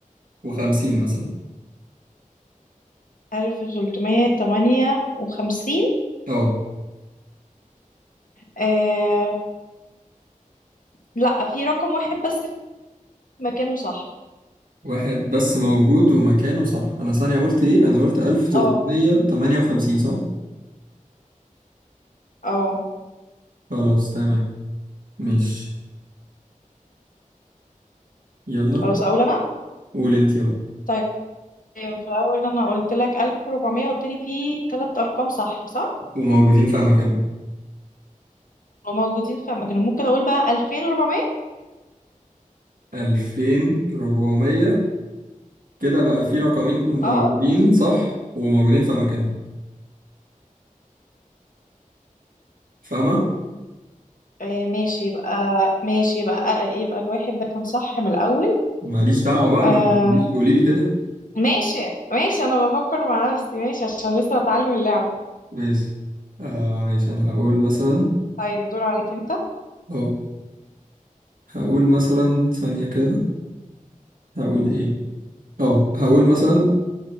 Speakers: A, on the right; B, on the left.
A: وخمسين مثلا
B: 1358
A: أه
B: آه... لا في رقم واحد بس في مكانه صح
A: واحد بس موجود ومكانه صح أنا ثانية قلت إيه أنا قلت 1358
B: اه
A: صح
B: اه
A: خلاص تمام ماشي يلا
B: خلاص اقول انا
A: قول أنت أه
B: طيب في الاول انا قلت لك 1400 قلت لي في ثلاث ارقام صح صح
A: وموجودين في مكانهم
B: وموجودين في اماكنهم ممكن اقول بقى 2400
A: 2400 كده بقى في رقمين
B: اه
A: موجودين صح وموجودين في اماكنهم فاهمه
B: آه، ماشي يبقى ماشي يبقى آه، يبقى الواحد ده كان صح من الاول
A: ماليش دعوه بقى
B: آه...
A: ما تقوليش تقولي لي كده
B: ماشي ماشي انا بفكر مع نفسي ماشي عشان لسه بتعلم اللعبة
A: ماشي آه ماشي انا هقول مثلا
B: طيب الدور عليك انت
A: اه هقول مثلا ثانيه كده هقول ايه اه هقول مثلا